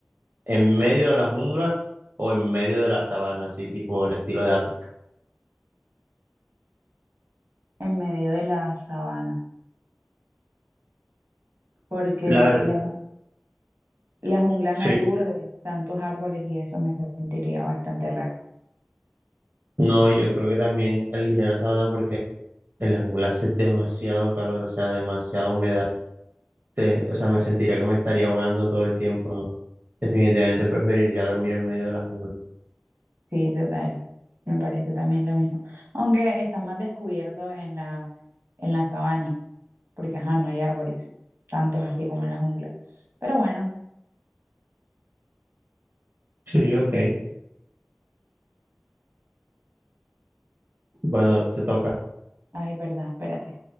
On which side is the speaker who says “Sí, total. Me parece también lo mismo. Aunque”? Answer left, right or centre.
Right